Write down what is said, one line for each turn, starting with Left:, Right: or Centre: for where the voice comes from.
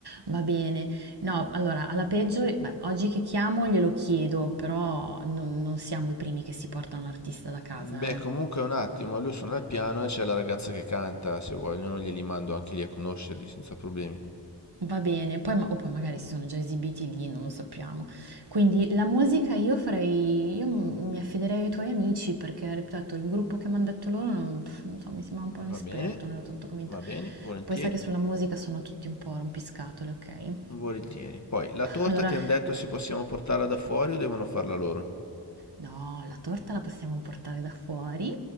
Right: va bene. No, allora, alla peggio, beh, oggi che chiamo glielo chiedo, però non, non siamo i primi che si portano l'artista da casa,
Left: Beh,
Right: eh.
Left: comunque un attimo, lui suona il piano e c'è la ragazza che canta, se vogliono glieli mando anche lì a conoscerli senza problemi.
Right: Va bene, poi ma- o poi magari si sono già esibiti lì, non lo sappiamo. Quindi la musica io farei, io m- mi affiderei ai tuoi amici perché, ripeto, il gruppo che mi hanno detto loro, non, pff, non so, mi sembrava un po' inesperto,
Left: Va bene,
Right: non ero tanto convinta.
Left: va bene, volentieri.
Right: Poi sai che sulla musica sono tutti un po' rompiscatole, ok?
Left: Volentieri. Poi, la torta
Right: Allora
Left: ti hanno detto se possiamo portarla da fuori o devono farla loro?
Right: No, la torta la possiamo portare da fuori